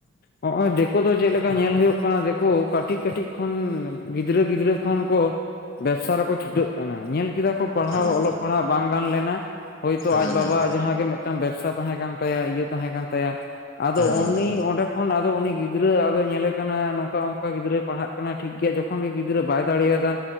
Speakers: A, on the left; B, on the left.
A: ᱱᱚᱜ-ᱚᱭ ᱫᱮᱠᱚ ᱫᱚ ᱡᱮᱞᱮᱠᱼᱼ ᱠᱚ ᱧᱮᱞ ᱦᱩᱭᱩᱜ ᱠᱟᱱᱟ ᱫᱮᱠᱚ ᱠᱟᱹᱴᱤᱡ ᱠᱟᱹᱴᱤᱡ ᱠᱷᱚᱱ ᱜᱤᱫᱽᱨᱟᱹ ᱜᱤᱫᱽᱨᱟᱹ ᱠᱷᱚᱱ ᱠᱚᱼᱼ ᱵᱮᱵᱽᱥᱟ ᱨᱮᱠᱚ ᱪᱷᱩᱴᱟᱹᱜ ᱠᱟᱱᱟ ᱧᱮᱞ ᱠᱮᱫᱟ ᱠᱚᱼᱼ ᱚᱞ ᱯᱟᱲᱦᱟᱣ
B: ᱦᱩᱸ
A: ᱚᱞᱚᱜ ᱯᱟᱲᱦᱟᱜ ᱵᱟᱝ ᱜᱟᱱ ᱞᱮᱱᱟ ᱦᱳᱭ ᱛᱚ
B: ᱦᱩᱸ
A: ᱟᱡ ᱵᱟᱵᱟᱣᱟᱜ
B: ᱦᱩᱸ
A: ᱡᱟᱦᱟᱸ ᱜᱮ ᱢᱤᱫ ᱢᱤᱫᱴᱟᱝ ᱵᱮᱵᱽᱥᱟ ᱛᱟᱦᱮᱸ ᱠᱟᱱ ᱛᱟᱭᱟ ᱤᱭᱟᱹ ᱛᱟᱦᱮᱸ ᱠᱟᱱ ᱛᱟᱭᱟ ᱟᱫᱚ
B: ᱦᱩᱸ ᱦᱩᱸ
A: ᱩᱱᱤ ᱚᱸᱰᱮ ᱛᱚᱠᱷᱚᱱ ᱟᱫᱚ ᱩᱱᱤ ᱜᱤᱫᱽᱨᱟᱹ ᱟᱫᱚᱭ ᱧᱮᱞᱮ ᱠᱟᱱᱟ ᱱᱚᱝᱠᱟ ᱚᱱᱠᱟ ᱜᱤᱫᱽᱨᱟᱹᱭ ᱯᱟᱲᱦᱟᱜ ᱠᱟᱱᱟ ᱴᱷᱤᱠ ᱜᱮᱭᱟ ᱡᱚᱠᱷᱚᱱ ᱜᱮ ᱜᱤᱫᱽᱨᱟᱹ ᱵᱟᱭ ᱫᱟᱲᱮ ᱭᱟᱫᱟ